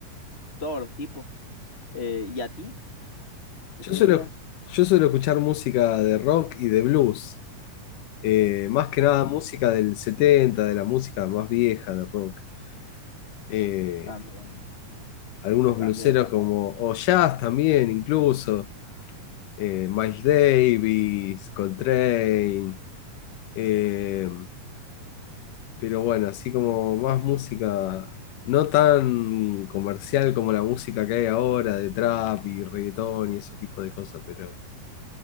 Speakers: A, on the left; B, on the left.
A: todos los tipos. Eh, ¿y a ti? ¿Tú
B: Yo
A: qué
B: suelo,
A: dirías?
B: yo suelo escuchar música de rock y de blues. eh, más que nada
A: Mm,
B: música del setenta de la música más vieja de rock. Eh,
A: también,
B: algunos
A: también,
B: blueseros
A: también.
B: como, o jazz también, incluso. eh, Miles Davis, Coltrane. eh, Pero bueno, así como más música, no tan comercial como la música que hay ahora de trap y reggaetón y ese tipo de cosas, pero